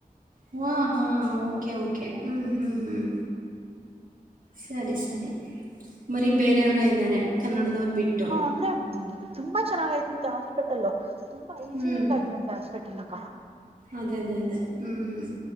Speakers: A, on the right (about 65°); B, on the right (about 40°).
A: ಹ್ಮ್ ಹಾ ಓಕೆ ಓಕೆ ಓಕೆ ಹ್ಮ್ ಹ್ಮ್ ಹ್ಮ್ ಸರಿ ಸರಿ ಮರೀ ಬೇರೆಯವರ ಇದ್ದಾರೆ ಅವರ್ಬಿಟ್ಟು
B: ಅಂದ್ರ ತುಂಬ ಚೆನ್ನಾಗಯತಂತೆ ಹಾಸ್ಪಿಟಲ್ ತುಂಬಾ ಹೈಜಿನಿಕ್
A: ಹ್ಮ್.
B: ಆಯತಂತೆ ಹಾಸ್ಪಿಟಲ್ ಇಲ್ಲಕ್ಕಾ
A: ಅದೇ ಅದೇ ಅದೇ ಹ್ಮ್